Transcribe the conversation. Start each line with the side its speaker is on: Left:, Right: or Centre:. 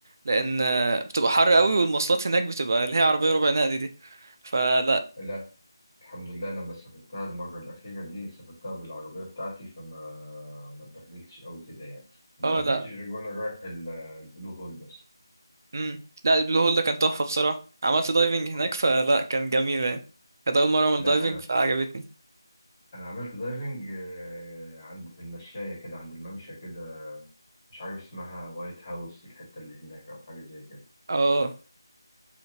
Right: لأن آه، بتبقى حر قوي والمواصلات هناك بتبقى اللي هي عربية ربع نقل دي فلا
Left: لا الحمد لله أنا لما سافرتها المرة الأخيرة دي سافرتها بالعربية بتاعتي فما ما اتبهدلتش أوي كده يعني ما
Right: اه
Left: اتبهدلتش
Right: لا
Left: غير وأنا رايح ال- البلو هول بس
Right: امم لا البلو هول ده كان تحفة بصراحة عملت دايفنج هناك
Left: آه.
Right: فلا كان جميل يعني كانت أول مرة أعمل
Left: لا
Right: دايفنج
Left: أنا
Right: فعجبتني
Left: أنا عملت دايفنج آه، عند المشاية كده عند الممشى كده مش عارف اسمها وايت هاوس الحتة اللي هناك أو حاجة زي كده
Right: اه